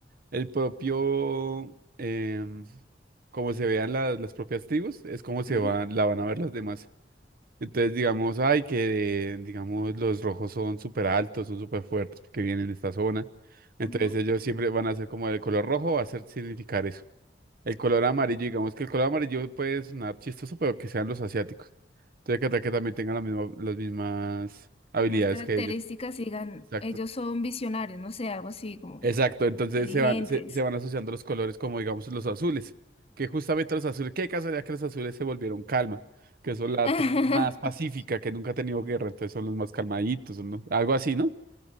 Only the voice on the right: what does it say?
El propio, em, como se vean la- las propias tribus, es como se
van, la van a ver las demás. Entonces, digamos, ay, que digamos los rojos son súper altos, son súper fuertes que vienen de esta zona. Entonces
ellos siempre van a ser como el color rojo, va a ser significar eso. El color amarillo, digamos que el color amarillo puede sonar chistoso, pero que sean los asiáticos. Entonces, que, que también tengan la misma- las mismas habilidades
que ellos.
Exacto.
Exacto, entonces
se van, se, se van asociando los colores como digamos los azules, que justamente los azules, qué casualidad que los azules se volvieron calma, que son la
tribu más pacífica, que nunca ha tenido guerra, entonces son los más calmaditos, son los- algo así, ¿no?